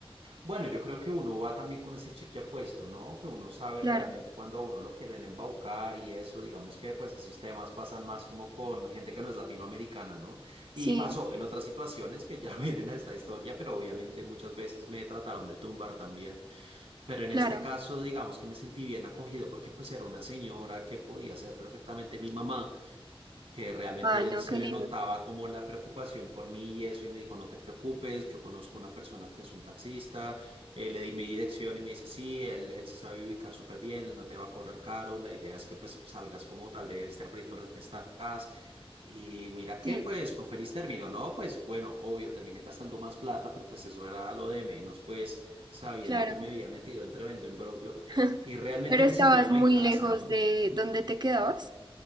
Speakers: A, on the right; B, on the right.
A: bueno, yo creo que uno va también con ese chip ya puesto, ¿no? Que uno sabe
B: Claro,
A: realmente cuando a uno lo quieren embaucar y eso, digamos que pues esos temas pasan más como con gente que no es latinoamericana, ¿no?
B: sí,
A: Y pasó en otras situaciones que ya <laughs> vienen a esta historia, pero obviamente muchas veces me trataron de tumbar también. Pero en
B: claro.
A: este caso, digamos que me sentí bien acogido porque pues era una señora que podía ser perfectamente mi mamá que realmente
B: Ay, no,
A: él se
B: qué
A: le
B: lindo.
A: notaba como la preocupación por mí y eso, y me dijo, no te preocupes, yo conozco una persona que es un taxista, eh, le di mi dirección y me dice, sí, él, él se sabe ubicar súper bien, él no te va a cobrar caro, la idea es que pues salgas como tal de este aprieto en el que estás. Y mira que
B: Sí,
A: pues fue un feliz término, ¿no? Pues bueno, obvio, terminé gastando más plata, pero pues eso era lo de menos, pues sabiendo
B: claro.
A: que me había metido en tremendo embrollo
B: <laughs>
A: y realmente
B: Pero estabas
A: me sentí como
B: muy
A: en casa,
B: lejos
A: ¿no?
B: de donde te quedabas.